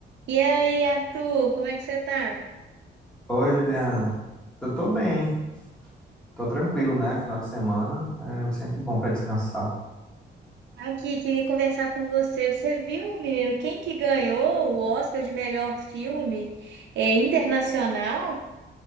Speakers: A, on the right (about 85°); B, in the centre.
A: E aí, Arthur, como é que você tá?
B: Oi, Juliana. Eu tô bem, tô tranquilo, né? Final de semana é sempre bom pra descansar.
A: Aqui, queria conversar com você. Você viu, menino, quem que ganhou o Oscar de melhor filme é, internacional?